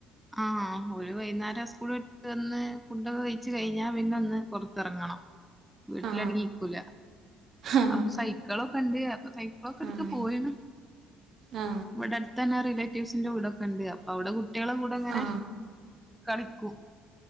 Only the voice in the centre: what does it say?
ആഹഹ് ഓരു വൈകുന്നേരം സ്കൂള ഇട്ട് വന്ന് ഫുഡൊക്കെ കഴിച്ച് കഴിഞ്ഞാ പിന്നെ ഒന്ന് പുറത്തിറങ്ങണം വീട്ടിലടങ്ങിക്കൂല
അപ്പൊ സൈക്കിളൊക്കെ ഉണ്ട് അപ്പൊ സൈക്കിളൊക്കെ എടുത്ത്
പോയിന്
ഇവിടെ അടുത്ത തന്നെ റിലേ വ്സ്സിന്റെ വീടൊക്കെ ഉണ്ട് അപ്പൊ അവിടെ കുട്ടികളെ കൂടെ അങ്ങനെ
കളിക്കും